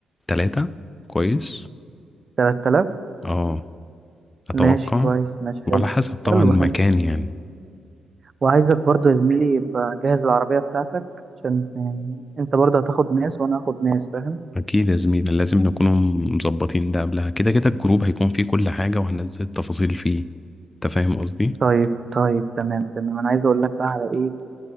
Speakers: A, on the left; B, on the right.
A: تلاتة كويس
B: تلات آلاف
A: اه أتوقع
B: ماشي كويس ماشي حلو
A: وعلى حسب طبعا
B: حلو
A: المكان
B: حلو
A: يعني
B: وعايزك برضو يا زميلي يبقى جهز العربية بتاعتك عشان آه، انت برضه هتاخد ناس وانا هاخد ناس فاهم
A: أكيد يا زميلي لازم نكون مظبطين ده قبلها كده كده الجروب هيكون فيه كل حاجة وهننزل التفاصيل فيه أنت فاهم قصدي؟
B: طيب طيب تمام تمام انا عايز اقول لك بقى على ايه